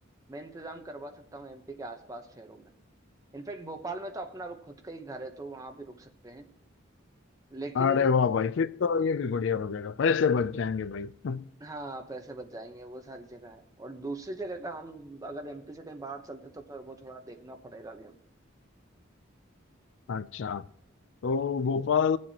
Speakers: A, on the right (about 15°); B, on the left (about 65°).
A: मैं इंतजाम करवा सकता हूँ एमपी के आसपास शहरों में इनफैक्ट भोपाल में तो अपना खुद का ही घर है तो वहां भी रुक सकते हैं लेकिन
B: अरे वाह भाई फिर तो ये भी बढ़िया हो जाएगा पैसे बच जाएंगे भाई <laughs>
A: हाँ पैसे बच जाएंगे वो सारी जगह है और दूसरी जगह का हम अगर एमपी से कहीं बाहर चलते तो फिर वो थोड़ा देखना पड़ेगा भी हमें
B: अच्छा तो भोपाल